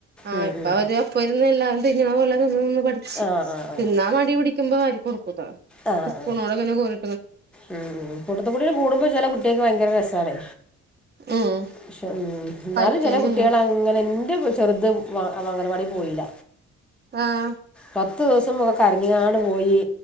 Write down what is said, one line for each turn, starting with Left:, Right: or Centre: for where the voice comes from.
Right: ആഹ്
Centre: ഉം
Right: ഇപ്പൊ
Centre: ഉം
Right: അവര് ഒപ്പ ഇരുന്ന് എല്ലാരും തിന്ന്ണ പോലെ തിന്ന് തിന്ന് പഠിച്ച്
Centre: ആ ആ ആ
Right: തിന്നാ മടി പിടി. വുമ്പോ വാരി കൊടുക്കാ
Centre: ആ ആ
Right: സ്പൂണോടെ ഇങ്ങനെ കോരി
Centre: ഉം ഉം കൂട്ടത് കൂടേ കൂടുമ്പോ ചെല കുട്ട്യക്ക് ഭയങ്കര രസാണേ.
Right: ഉം
Centre: പക്ഷെ ഉം എന്നാലും
Right: കഴിക്കുകയും
Centre: ചില കുട്ടികള്
Right: ചെയ്യും
Centre: അങ്ങനെ എന്റെ കു ചെർത് അംഗനവാടി പോയില്ല.
Right: ആഹ്.
Centre: പത്ത് ദിവസംക്കെ കരഞ്ഞ്ങ്ങാണ്ട് പോയി.